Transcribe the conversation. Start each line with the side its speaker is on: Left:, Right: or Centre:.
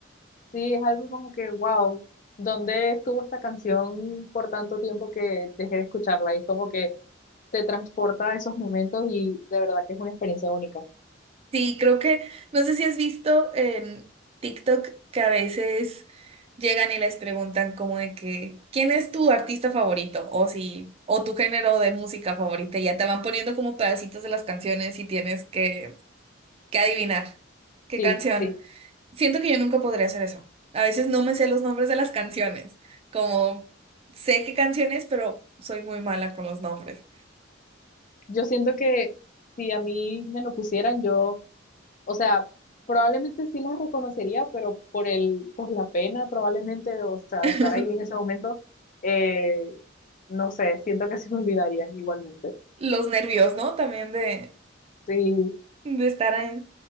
Left: sí, es algo como que, wow, ¿dónde estuvo esta canción por tanto tiempo que dejé de escucharla? Y es como que te transporta a esos momentos y de verdad que es una experiencia única.
Right: Sí, creo que, no sé si has visto en TikTok que a veces llegan y les preguntan como de que, ¿quién es tu artista favorito? O si, o tu género de música favorita, y ya te van poniendo como pedacitos de las canciones y tienes que, que adivinar qué
Left: Sí,
Right: canción.
Left: sí.
Right: Siento que yo nunca podría hacer eso. A veces no me sé los nombres de las canciones, como sé qué canciones, pero soy muy mala con los nombres.
Left: Yo siento que si a mí me lo pusieran, yo O sea, probablemente sí las reconocería, pero por el, por la pena probablemente, o sea,
Right: <laughs>
Left: de estar ahí en ese momento, eh, no sé, siento que se me olvidarían igualmente.
Right: Los nervios, ¿no? También de,
Left: Sí,
Right: de estar ahí.